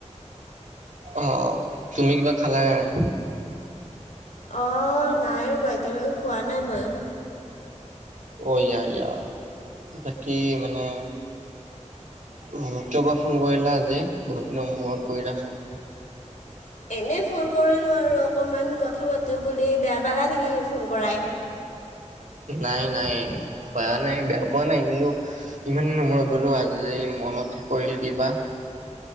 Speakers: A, on the right (about 80°); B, on the left (about 90°).
A: অ, তুমি কিবা খালা নে নাই?
B: অ নাই ৰ'বা এতিয়ালৈকে খোৱা নাই মইও।
A: অ ইয়ায়া বাকী মানে উম কিয় বা ফোন কৰিলা আজি বহুত দিনৰ মূৰত গৈলাছোন।
B: এনেই ফোন কৰিলোঁ আৰু অকণমান কথা পাতোঁ বুলি বেয়া পালা নেকি ফোন কৰাই।
A: নাই নাই পাৰা নাই, বেয়া পোৱা নাই। কিন্তু ইমান দিনৰ মূৰত গ'লো। আজি যে মনত পৰিল কিবা।